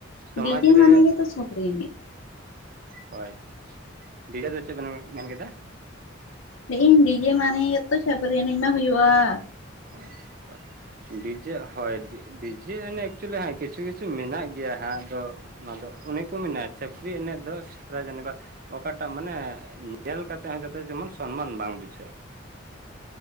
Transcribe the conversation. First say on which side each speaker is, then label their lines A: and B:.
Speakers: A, on the right; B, on the left.
A: ᱥᱚᱢᱟᱡᱽ
B: ᱵᱤᱡᱮ
A: ᱨᱮ
B: ᱢᱟᱱᱮ ᱜᱮ ᱛᱚ ᱯᱷᱟᱯᱨᱤ ᱮᱱᱮᱡ,
A: ᱦᱳᱭ ᱰᱤᱡᱟ ᱫᱚ ᱪᱮᱫ ᱵᱮᱱ ᱢᱮᱱ ᱠᱮᱫᱟ?
B: ᱞᱮᱭᱮᱜ-ᱤᱧ ᱰᱤᱡᱮ ᱢᱟᱱᱮ ᱜᱮᱛᱚ ᱪᱷᱟᱯᱨᱤ ᱮᱱᱮᱡ ᱢᱟ ᱦᱩᱭᱩᱜᱼᱟ।
A: ᱦᱳ ᱦᱳᱭ ᱰᱤᱡᱮ ᱦᱳᱭ ᱰᱤᱡᱮ ᱡᱟᱱᱮ ᱮᱠᱪᱩᱭᱮᱞᱤ ᱦᱳᱭ ᱠᱤᱪᱷᱩ ᱠᱤᱪᱷᱩ ᱢᱮᱱᱟᱜ ᱜᱮᱭᱟ ᱦᱟᱸᱜ ᱟᱫᱚ ᱼᱼ ᱚᱱᱟ ᱫᱚ ᱚᱱᱮ ᱠᱚ ᱢᱮᱱᱟ ᱪᱷᱟᱯᱨᱤ ᱮᱱᱮᱡ ᱫᱚ ᱥᱴᱨᱟ <inaudible> ᱚᱠᱟᱴᱟᱜ ᱢᱟᱱᱮ ᱧᱮᱞ ᱠᱟᱛᱮᱜ ᱦᱚᱸ ᱡᱟᱛᱮ ᱡᱮᱢᱚᱱ ᱥᱚᱱᱢᱟᱱ ᱵᱟᱝ ᱵᱩᱡᱷᱟᱹᱜ